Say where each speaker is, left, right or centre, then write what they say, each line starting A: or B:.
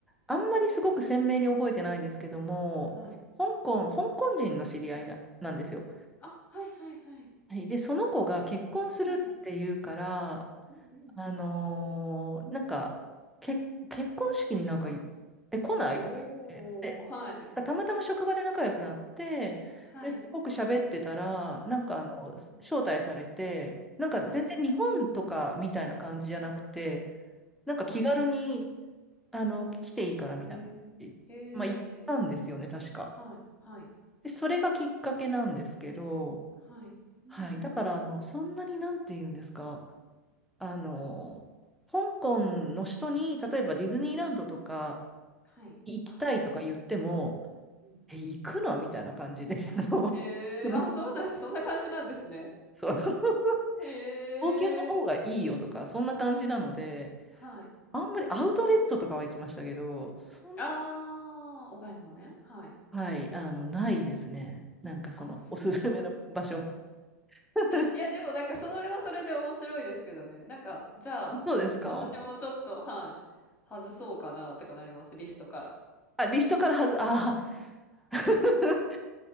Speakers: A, in the centre; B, on the left.
A: あんまりすごく鮮明に覚えてないんですけども、
B: はい。
A: 香港、香港人の知り合いな、なんですよ。
B: あ、はいはいはい。
A: はい。で、その子が結婚するっていうから、
B: はい。うんうん。
A: あのーなんか、け、結婚式になんかい、え、来ないとか言って。
B: おー、はい。
A: でたまたま職場で仲良くなって、
B: はい。
A: で、すごく喋ってたら、なんかあの、
B: うんうんうん。
A: 招待されて、なんか全然日本とかみたいな感じじゃなくて、
B: はい。
A: なんか気軽に、
B: はい。
A: あの、来ていいからみたいな感じ。
B: へえ、へえ、
A: まあ、行ったんですよね、確か。
B: はい、はい、
A: で、それがきっかけなんですけど、
B: はい。うーん。
A: はい。だから、あの、そんなになんて言うんですか、あの、香港の人に、例えばディズニーランドとか
B: はい。
A: 行きたいとか言っても、
B: あ、そっか、ディズニーランド。うんうんうん。
A: え、行くのみたいな感じで、<laughs> あの、
B: へえ、
A: その
B: あ、そうなんです。そんな感じなんですね。
A: そう、<laughs>
B: へえ。
A: 東京の方がいいよとか、そんな感じなので、
B: はい。
A: あんまりアウトレットとかは行きましたけど、そんな、
B: ああ、お買い物ね。はい。
A: はい、あの、ないですね。なんかその、
B: あ、そうなんだ。
A: おすすめの場所。<laughs>
B: いや、でもなんかそれはそれで面白いですけどね。なんか、じゃあ、
A: そうですか
B: 私もちょっと、はい、外そうかなとかなります、リストから。
A: あ、リストからはず、ああ、<laughs>